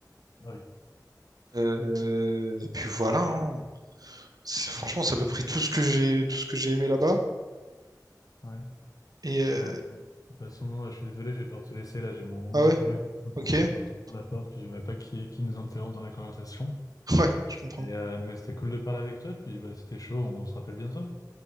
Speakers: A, on the left; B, on the right.
A: Ouais.
B: Euh, et puis voilà. hein. C'est- Franchement,
A: Mhm.
B: c'est à peu près tout ce que j'ai tout ce que j'ai aimé là-bas.
A: Ouais.
B: Et euh,
A: Bah, de toute façon, je suis désolé, je vais devoir te laisser. Là, j'ai mon, mon
B: ah ouais,
A: coloc qui est en train
B: ok,
A: de rentrer,
B: <laughs>
A: je l'entends par la porte, puis j'aimerais pas qu'il qu'il nous interrompe dans la conversation.
B: ouais, je comprends.
A: Et, euh, mais c'était cool de parler avec toi, puis bah, c'était chaud, on se rappelle bientôt.